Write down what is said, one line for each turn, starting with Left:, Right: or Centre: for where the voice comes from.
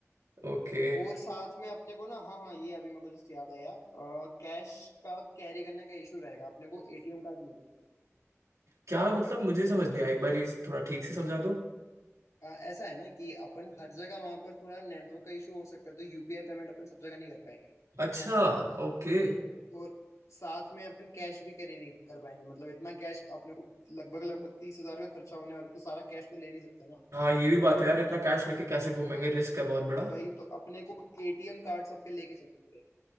Right: ओके
Left: और साथ में अपने को ना हाँ हाँ ये अभी मेरे को जस्ट याद आया कैश का कैरी करने का इशू रहेगा अपने को एटीएम कार्ड लेके चलना पड़ेगा
Right: क्या मतलब मुझे समझ नहीं आया एक बार ये थोड़ा ठीक से समझा दो
Left: अ, ऐसा है ना कि अपन हर जगह वहां पर थोड़ा नेटवर्क का इशू हो सकता है तो यूपीआई पेमेंट अपन सब जगह नहीं कर पाएंगे
Right: अच्छा ओके
Left: और साथ में अपन कैश भी कैरी नहीं कर पाएंगे मतलब इतना कैश अपने को लगभग लगभग तीस हजार का खर्चा होने वाला है, तो सारा कैश तो ले नहीं सकते ना
Right: हाँ ये भी बात है यार इतना कैश लेके कैसे घूमेंगे रिस्क है बहुत बड़ा
Left: वही तो अपने को एटीएम कार्ड सबके लेके चलने पड़ेंगे